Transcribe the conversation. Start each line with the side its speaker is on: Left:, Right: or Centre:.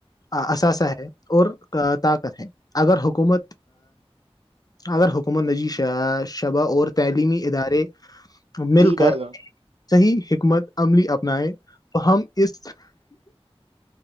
Left: اثاثہ ہے اور طاقت ہے اگر حکومت اگر حکومت نجی شبہ اور تعلیمی ادارے مل
Right: جی بھائی
Left: کر
Right: جان
Left: صحیح حکمت عملی اپنائے تو ہم اس